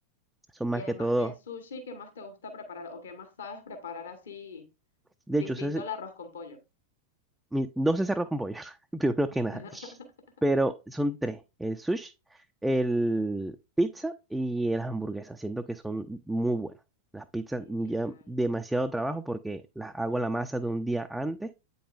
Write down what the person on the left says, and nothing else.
Y además
de sushi, ¿qué más te gusta preparar o qué más sabes preparar así
distinto
al arroz con pollo?
<laughs>
Genial.